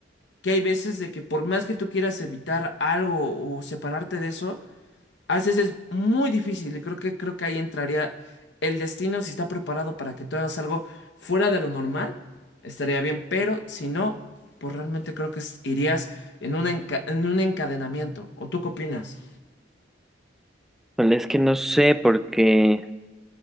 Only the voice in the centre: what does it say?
Pues es que no sé, porque